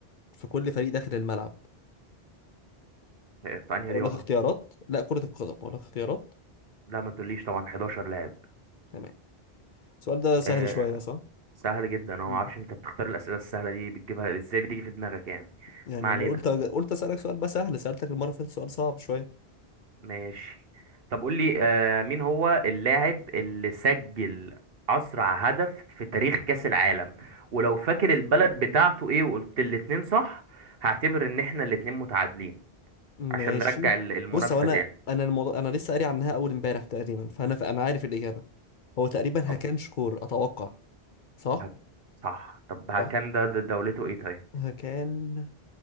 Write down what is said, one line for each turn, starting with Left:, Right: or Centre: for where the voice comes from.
Left: في كل فريق داخل الملعب
Right: آه، في انهي
Left: اقول
Right: رياضة
Left: لك اختيارات لا كرة القدم اقول لك اختيارات
Right: لا ما تقوليش طبعا 11 لاعب
Left: تمام السؤال ده سهل
Right: آه،
Left: شوية صح؟
Right: سهل جدا انا ما
Left: مم.
Right: اعرفش انت بتختار الاسئله السهله دي بتجيبها ازاي بتيجي في دماغك يعني
Left: يعني
Right: ما علينا
Left: أنا قلت قلت أسألك سؤال بقى سهل سألتك المرة اللي فاتت سؤال صعب شوية
Right: ماشي طب قول لي آه مين هو اللاعب اللي سجل اسرع هدف في تاريخ كاس العالم ولو فاكر البلد بتاعته ايه وقلت الاتنين صح هعتبر ان احنا الاتنين متعادلين
Left: ماشي
Right: عشان نرجع ال- المنافسه
Left: بص هو أنا
Right: تاني
Left: أنا الموضوع أنا لسه قاري عنها أول امبارح تقريبا فأنا أنا عارف الإجابة هو تقريبا
Right: طب
Left: هكان شكور أتوقع صح؟
Right: هب- صح طب ها
Left: صح
Right: كان ده ده دولته ايه طيب
Left: هكان